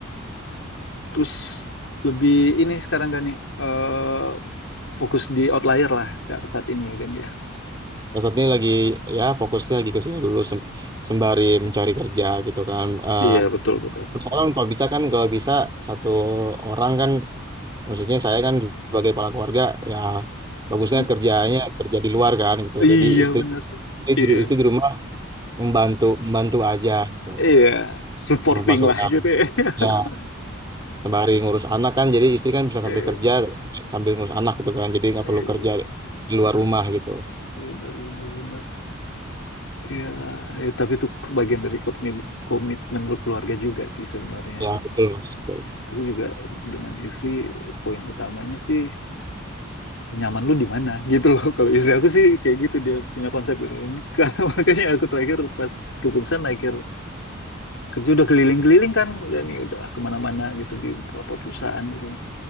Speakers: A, on the left; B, on the right.
A: Terus lebih ini sekarang Gani eh fokus di outlier lah ska- saat ini ya Gani ya.
B: Mas saat ini lagi ya fokusnya lagi ke sini dulu sem- sembari mencari kerja gitu kan. Eh,
A: Iya betul betul.
B: terus orang kalau bisa kan kalau bisa satu orang kan Maksudnya saya kan sebagai kepala keluarga ya bagusnya
A: Mm.
B: kerjanya kerja di luar kan gitu.
A: Iya
B: Jadi istri
A: benar.
B: istri
A: Iya
B: di, istri di rumah membantu membantu aja gitu.
A: iya supporting
B: Sama masukan
A: lah gitu ya.
B: ya
A: <laughs>
B: sembari ngurus anak kan jadi istri kan bisa
A: Iya
B: sambil kerja sambil, sambil ngurus anak gitu kan. Jadi nggak
A: iya.
B: perlu kerja di luar rumah gitu.
A: benar benar benar. Iya eh, tapi itu bagian dari komitmen komitmen berkeluarga juga sih sebenarnya.
B: Ya betul Mas. Betul.
A: Aku juga dengan istri poin utamanya sih nyaman lu di mana gitu loh <laughs> kalau istri aku sih kayak gitu dia punya konsep gitu <laughs> Karena makanya aku terakhir pas keputusan akhir kerja udah keliling-keliling kan kan ya udah kemana-mana gitu di beberapa perusahaan gitu